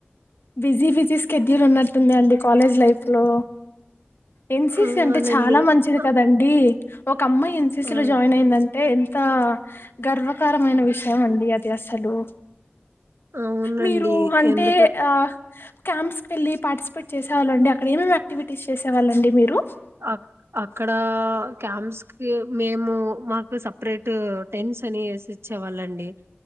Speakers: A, on the left; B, on the right.
A: బిజీ బిజీ స్కెడ్యూల్ ఉన్నట్టుంది అండి కాలేజ్ లైఫ్ లో ఎన్సిసి
B: ఆ
A: అంటే
B: అవునండి
A: చాలా మంచిది
B: అ
A: కదండి ఒక అమ్మాయి ఎన్సిసి
B: ఆ
A: లో జాయిన్ అయిందండి అంటే ఎంత గర్వకరమైన విషయం అండి అది అసలు
B: అవునండి
A: మీరు అంటే
B: ఎందుక
A: ఆ క్యాంప్స్ వెళ్ళి పార్టిసిపేట్సవాళ్ళండి అక్కడ ఏేమి యాటివిటీస్ చేసేవాళ్ళండి మీరు
B: అ అక్కడ క్యాంప్స్ కి మేము మాకు సపరేట్ టెంట్స్ అని వేసి ఇచ్చేవాళ్ళండి